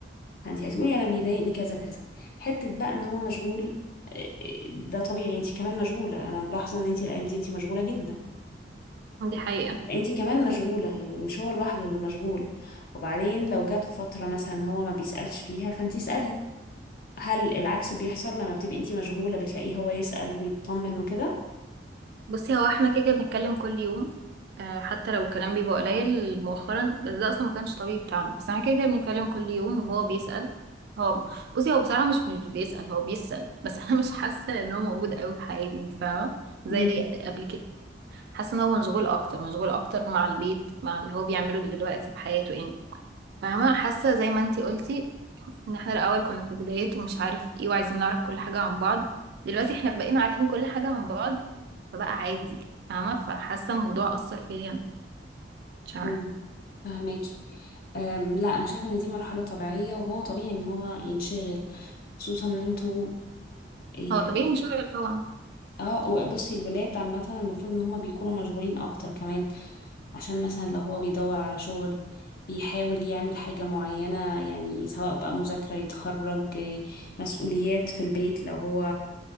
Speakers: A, on the left (about 55°); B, on the right (about 60°).
A: فانت هتقولي أنا بيضايقني كذا كذا حتة بقى إن هو مشغول اه، آه، ده طبيعي انت كمان مشغولة أنا ملاحظة إن انت الأيام دي انت مشغولة جدا
B: دي حقيقة
A: انت كمان مشغولة يعني مش هو لوحده اللي مشغول وبعدين لو جت فترة مثلا هو ما بيسألش فيها فانت اسألي هل العكس بيحصل لما بتبقي انتي مشغولة بتلاقيه هو يسأل ويطمن وكده
B: بصي هو احنا كده كده بنتكلم كل يوم آه، حتى لو الكلام بيبقى قليل مؤخرا بس ده اصلا ما كانش طبيعي بتاعنا بس احنا كده كده بنتكلم كل يوم وهو بيسأل هو بصي هو بصراحة مش مش بيسأل هو بيسأل بس <laughs> انا مش حاسة ان هو موجود قوي في حياتي انت فاهمة زي
A: امم
B: قبل كده حاسة ان هو مشغول اكتر مشغول اكتر مع البيت مع اللي هو بيعمله دلوقتي في حياته يعني فاهمة حاسة زي ما انتي قلتي ان احنا الاول كنا في البدايات ومش عارف ايه وعايزين نعرف كل حاجة عن بعض دلوقتي احنا بقينا عارفين كل حاجة عن بعض فبقى عادي فاهمة فحاسة الموضوع أثر فيا أنا. مش عارفة
A: أمم. فهماكي أم، لا انا شايفة ان دي مرحلة طبيعية وهو طبيعي ان هو ينشغل خصوصا ان انتوا يعني
B: هو طبيعي انشغل طبعا
A: اه وبصي الولاد عامة المفروض ان هما بيكونوا مشغولين اكتر كمان عشان مثلا لو هو بيدور على شغل بيحاول يعمل حاجة معينة يعني سواء بقى مذاكرة يتخرج مسؤوليات في البيت لو هو